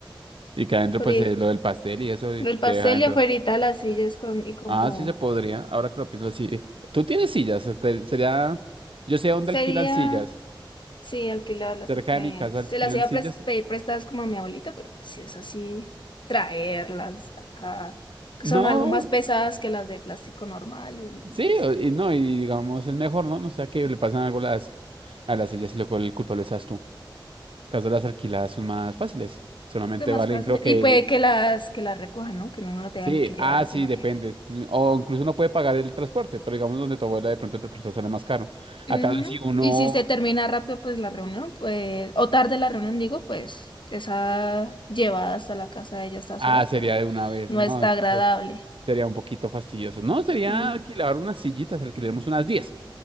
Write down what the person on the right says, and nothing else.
Y que adentro,
pues eh, lo del pastel y eso y
te deja adentro.
Ah, sí se podría. Ahora que lo pienso así. Tú tienes sillas. Este, sería. Yo sé dónde
alquilan sillas.
Cerca
de mi casa
alquilan
sillas.
No.
Sí, o- y no, y digamos, es mejor, ¿no? No sea que le pasan algo a las, a las sillas y luego el culpable seas tú. Caso las alquiladas son más fáciles. Solamente
valen,
creo que
el.
Sí,
ah, sí,
depende.
O incluso uno puede pagar el transporte, pero digamos donde tu abuela de pronto el transporte sale más caro. Acaso
si uno.
Ah,
sería
de una vez.
No,
Sería un poquito fastidioso. No, sería
alquilar unas sillitas, alquilaremos unas diez